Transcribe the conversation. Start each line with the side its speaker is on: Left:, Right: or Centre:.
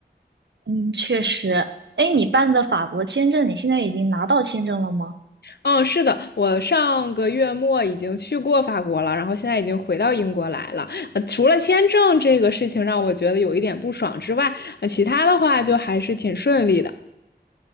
Right: 嗯，确实。哎，你办的法国签证，你现在已经拿到签证了吗？
Left: 嗯，是的，我上个月末已经去过法国了，然后现在已经回到英国来了。呃，除了签证这个事情让我觉得有一点不爽之外，呃，其他的话就还是挺顺利的。